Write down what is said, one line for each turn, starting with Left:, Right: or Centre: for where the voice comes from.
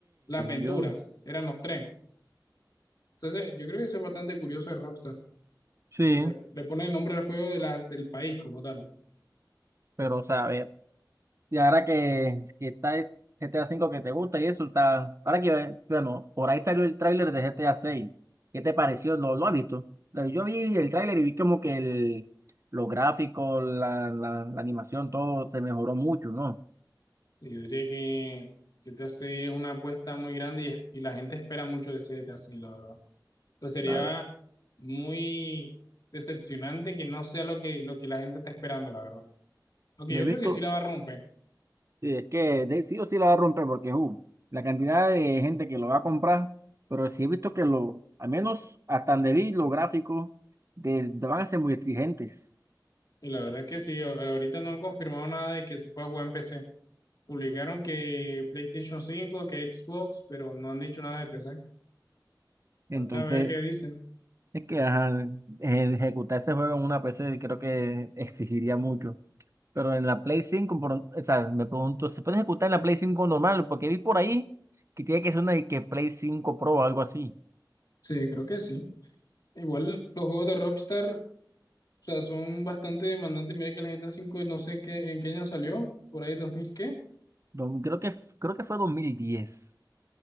Left: Las Venturas,
Right: yo.
Left: eran los tres. Entonces, yo creo que eso es bastante curioso de Rockstar.
Right: Sí.
Left: Le, le pone el nombre al juego de la, del país como tal.
Right: Pero, o sea, a ver, y ahora que, que está el GTA cinco que te gusta y eso está. Ahora que, eh, bueno, por ahí salió el tráiler de GTA seis ¿Qué te pareció? ¿Lo, lo has visto? Lo- Yo vi el tráiler y vi como que el, los gráficos, la, la, la animación, todo se mejoró mucho, ¿no?
Left: Y Yo diría que, que GTA 6 es una apuesta muy grande y, es- y la gente espera mucho de ese GTA 6, sea, sería
Right: A ver.
Left: muy decepcionante que no sea lo que, lo que la gente está esperando, la verdad. Aunque
Right: Y
Left: yo
Right: he visto,
Left: creo que sí la va a romper.
Right: sí, es que de- sí o sí la va a romper porque uh, la cantidad de gente que lo va a comprar, pero sí he visto que lo, al menos hasta donde vi los gráficos, de, de van a ser muy exigentes.
Left: Y la verdad es que sí, a- ahorita no han confirmado nada de que se pueda jugar en PC. Publicaron que PlayStation cinco que Xbox, pero no han dicho nada de PC. Falta
Right: Entonces.
Left: ver qué dicen.
Right: Es que ajá, eh, ejecutar ese juego en una PC creo que exigiría mucho. Pero en la Play 5 por- o sea, me pregunto, ¿se puede ejecutar en la Play 5 normal? Porque vi por ahí que tiene que ser una de que Play 5 Pro o algo así.
Left: Sí, creo que sí. Igual los juegos de Rockstar, o sea, son bastante demandantes. Mira que el GTA cinco no sé en qué, en qué año salió, por ahí 2000 ¿qué?
Right: Do- Creo que, f- creo que fue dos mil diez